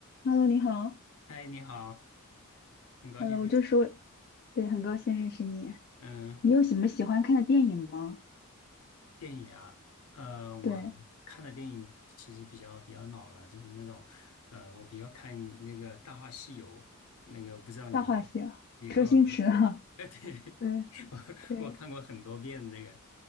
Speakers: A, on the left (about 45°); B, on the left (about 75°).
A: Hello，你好。
B: 嗨，你好，很高兴认识。
A: Hello，就是我，对，很高兴认识你。
B: 嗯，
A: 你有什么喜欢看的电影吗？
B: 电影啊，呃，我看的电影其实比较比较老了，
A: 对，
B: 就是那种，呃，我比较看那个《大话西游》，那个我不知道你
A: 《大话西游》，
B: 你看过吗？
A: 周星驰啊。
B: <laughs> 呃，对，
A: <laughs> 对
B: <laughs>
A: 对，
B: 我我看过很多遍这个，